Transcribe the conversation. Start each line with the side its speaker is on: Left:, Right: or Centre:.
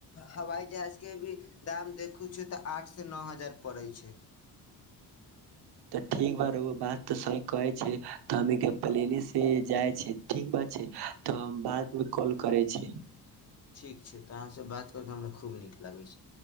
Left: हवाई जहाज के भी दाम देखू छै, तऽ आठ से नओ हजार पड़ै छै।
Right: तऽ ठीक बात रह बात तऽ सही कहै छै। तऽ हम प्लेने से जाइ छ। ठीक बात छै। तऽ हम बादमे कॉल करै छी।
Left: ठीक छै। तऽ अहाँसँ बात कर कऽ हमरा खूब नीक लागै छै।